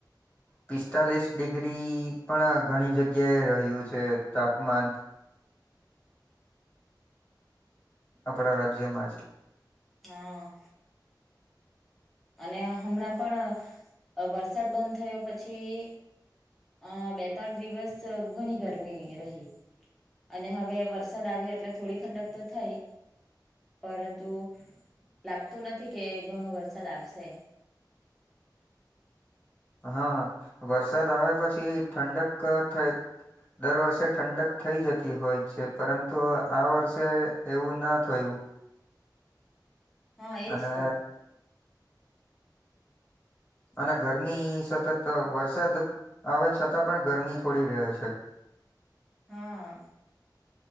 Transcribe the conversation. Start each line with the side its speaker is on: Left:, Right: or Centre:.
Left: પિસ્તાલીસ ડિગ્રી પણ ઘણી જગ્યાએ રહ્યું છે તાપમાન. આપડા રાજ્યમાં જ
Centre: હા. અને હમણાં પણ વરસાદ બંધ થયો પછી. આ બે ત્રણ દિવસ ઘણી ગરમી રહી. અને હવે વરસાદ આવ્યો એટલે થોડી ઠંડક તો થઈ. પરંતુ લાગતું નથી કે ઘણો વરસાદ આવશે.
Left: હા વરસાદ આવે પછી ઠંડક થઈ. દર વર્ષે ઠંડક થઈ જતી હોય છે પરંતુ આ વર્ષે એવું ના થયું.
Centre: હા એજ
Left: અને
Centre: તો.
Left: અને ગરમી સતત વરસાદ આવે છતાં પણ ગરમી થોડી રહે છે.
Centre: હા આ.